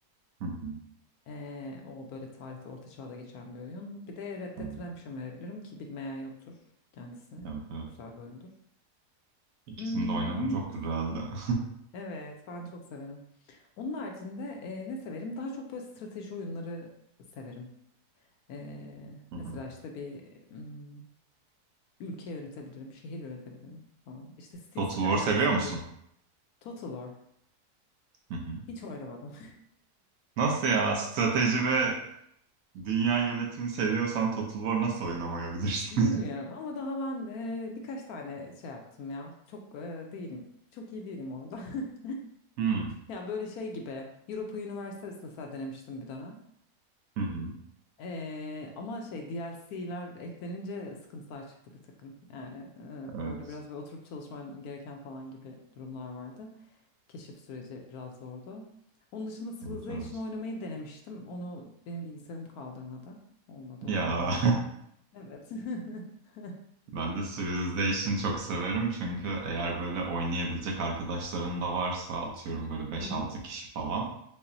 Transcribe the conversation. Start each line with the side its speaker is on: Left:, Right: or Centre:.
Right: hı hı.
Left: E, o böyle tarihte orta çağda geçen bir oyun. Bir de Red
Right: Tamam.
Left: Dead Redemption verebilirim ki bilmeyen yoktur kendisine.
Right: Evet
Left: Çok
Right: evet.
Left: güzel bir oyundur.
Right: İkisini
Left: Hmm,
Right: de oynadım.
Left: onun,
Right: Çok güzeldi. <laughs>
Left: evet ben çok severim. Onun haricinde e, ne severim? Daha çok böyle strateji oyunları severim. E,
Right: Hı hı.
Left: mesela işte bir hmm, ülke yönetebilirim, şehir yönetebilirim falan. İşte Cities
Right: Total
Left: Skylines
Right: War seviyor
Left: gibi.
Right: musun?
Left: Total War.
Right: Hı hı.
Left: Hiç oynamadım.
Right: Nasıl ya? Strateji ve dünya yönetimi seviyorsan Total War nasıl oynamayabilirsin?
Left: <laughs> Dinliyorum
Right: <laughs>
Left: ama daha ben e, birkaç tane şey yaptım ya. Çok e, değilim. Çok iyi değilim orada. <laughs>
Right: Hı hı.
Left: Ya böyle şey gibi. Europa Universalis mesela denemiştim bir dönem.
Right: hı.
Left: E, ama şey DLC'ler eklenince sıkıntılar çıktı bir takım. Yani e,
Right: Evet.
Left: orada biraz böyle oturup çalışman gereken falan gibi durumlar vardı. Keşif süreci biraz zordu. Onun dışında Civilization
Right: Evet evet.
Left: oynamayı denemiştim. Onu benim bilgisayarım kaldırmadı. Olmadı
Right: Ya
Left: onu oynayamadım. Evet. <laughs>
Right: <laughs> ben de Civilization çok severim çünkü eğer böyle oynayabilecek arkadaşların da varsa atıyorum böyle beş
Left: Hı hı.
Right: altı kişi falan